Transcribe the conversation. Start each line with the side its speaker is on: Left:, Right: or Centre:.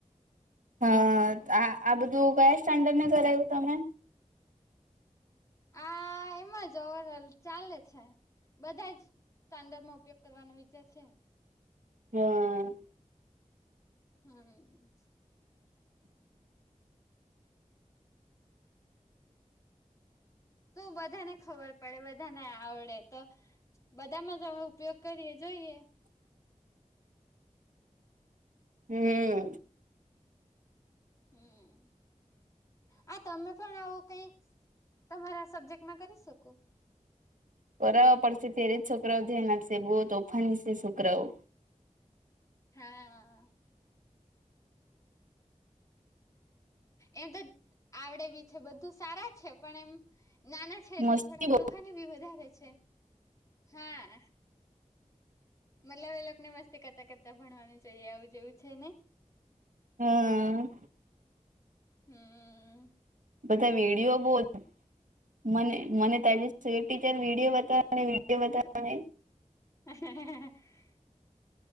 Right: હા. આ-આ બધું કયા સ્ટાન્ડર્ડમાં કરાવ્યું તમે?
Left: આ એમ જ ઓવરોલ ચાલે છે. બધા જ સ્ટાન્ડર્ડમાં ઉપયોગ કરવાનો વિચાર છે.
Right: હ.
Left: હમ્મ. તો બધાને ખબર પડે, બધાને આવડે તો. બધામાં જ હવે ઉપયોગ કરીએ, જોઈએ.
Right: હમ
Left: હમ. આ તમે પણ આવું કઈક, તમારા સબ્જેક્ટમાં કરી શકો.
Right: કરાવવા પડશે, ત્યારે જ છોકરાઓ ધ્યાન આપશે, બહુ તોફાની છે છોકરાઓ
Left: હા. એમ તો આવડે બી છે બધું સારા છે પણ એમ નાના છે એટલે
Right: મસ્તી
Left: થોડા તોફાની ભી વધારે છે હા. મતલબ એ લોકોને મસ્તી કરતા કરતા ભણવાનું જોઈએ આવું જેવું છે નઈ.
Right: હા.
Left: હમ. <inaudible>
Right: બધા વિડીિયો <unintelligible> મને, મને તારા ટીચર વિડીયો બતાવ અને વિડીયો બતાવ
Left: હ <inaudible>